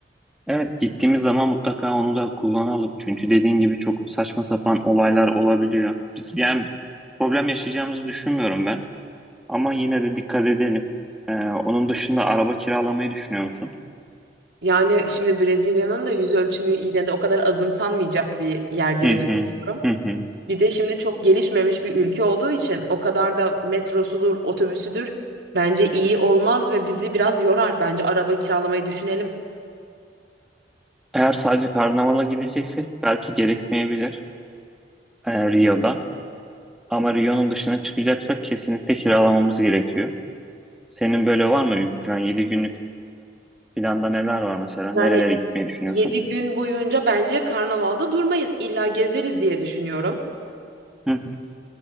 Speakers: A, in the centre; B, on the right.
A: Evet Gittiğimiz zaman mutlaka onu da kullanalım. Çünkü dediğin gibi çok saçma sapan olaylar olabiliyor. Biz yani problem yaşayacağımızı düşünmüyorum ben. Ama yine de dikkat edelim. Ee, onun dışında araba kiralamayı düşünüyor musun?
B: Yani şimdi Brezilya'nın da yüz ölçümü yine de o kadar azımsanmayacak bir yer diye
A: Hı
B: düşünüyorum.
A: hı. Hı hı.
B: Bir de şimdi çok gelişmemiş bir ülke olduğu için o kadar da metrosudur, otobüsüdür bence iyi olmaz ve bizi biraz yorar. Bence araba kiralamayı düşünelim.
A: Eğer sadece karnavala gideceksek belki gerekmeyebilir e, Rio'da. Ama Rio'nun dışına çıkacaksak kesinlikle kiralamamız gerekiyor. Senin böyle var mı bir plan? 7 günlük planda neler var mesela?
B: Yani
A: Nerelere gitmeyi düşünüyorsun?
B: 7 gün boyunca bence karnavalda durmayız. İlla gezeriz diye düşünüyorum.
A: Hı hı.